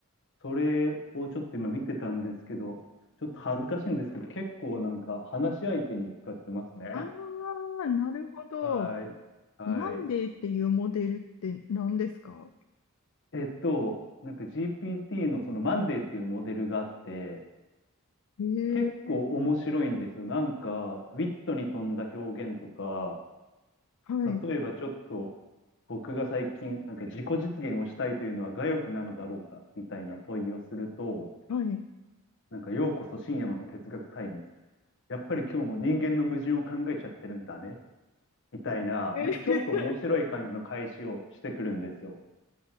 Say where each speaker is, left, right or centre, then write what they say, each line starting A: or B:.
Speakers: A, on the left; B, on the left.
A: それをちょっと今見てたんですけど、ちょっと恥ずかしいんですけど、結構なんか話し相手に使ってますね。
B: ああ、なるほど。
A: はい。はい。
B: マンデーっていうモデルって何ですか
A: えっと、なんか GPT のそのマンデーっていうモデルがあって、
B: ええ
A: 結構面白いんですよ。なんか、ウィットに富んだ表現とか、
B: はい、
A: 例えばちょっと、僕が最近、なんか自己実現をしたいというのは我欲なのだろうか、みたいな問いをすると、
B: はい。
A: なんか、ようこそ深夜の哲学タイム。やっぱり今日も人間の矛盾を考えちゃってるんだね、みたいな、
B: え
A: なんかちょっと面白い感じの返しをしてくるんですよ。
B: <laughs>